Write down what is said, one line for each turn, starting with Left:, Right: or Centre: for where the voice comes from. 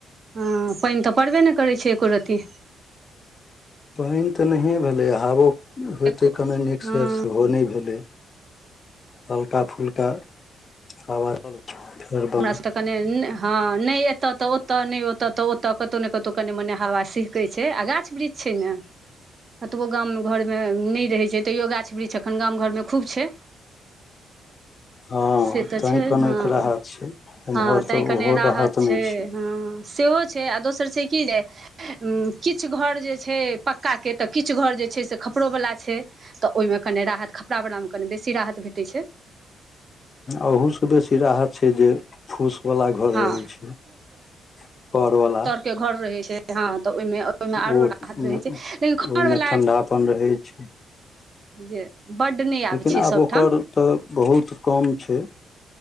Right: हँ पानिन तऽ पड़बे नहि करैत छै एको रती
Left: पैन तऽ नहिए भेलैया हावो होइतै
Right: एको हँ
Left: कने नीकसँ सेहो नहि भेलै हल्का फुलका हवा फेर
Right: हमरा
Left: बन्द
Right: सब त कनि हँ नहि एतऽ तऽ ओतऽ नहि ओतऽ तऽ ओतऽ कतौ ने कतौ कनि मने हावा छय कहै छै आ गाछ वृक्ष छै ने कतबो गाम घरमे नहि रहै छै तैयो गाछ वृक्ष एखन गाम घरमे खूब छै
Left: हँ
Right: से तऽ
Left: तै
Right: छै
Left: कहलो
Right: हँ
Left: एकरा राहत छै एमहर
Right: हँ तैं
Left: तऽ
Right: कने
Left: ओहो राहत नहि छै
Right: हँ सेहो छै आ दोसर छै की जे किछु घर जे छै पक्काके तऽ किछु घर जे छै से खपड़ोवला छै तऽ ओइ में कनि राहत खपड़ा बला में कनि बेसी राहत भेटै छै
Left: अहू से बेसी राहत छै जे फूसवला घर
Right: हँ
Left: रहै छै खरवला
Right: के घर रहे छै हँ तऽ ओहिमे ओहिमे आरो
Left: ओ ओहिमे
Right: राहत रहै छै लेकिन खरवला
Left: ठण्ढापन रहै छै
Right: जे बड्ड नहि आबै
Left: लेकिन
Right: छै
Left: आब
Right: सभठाम
Left: ओकर तऽ बहुत कम छै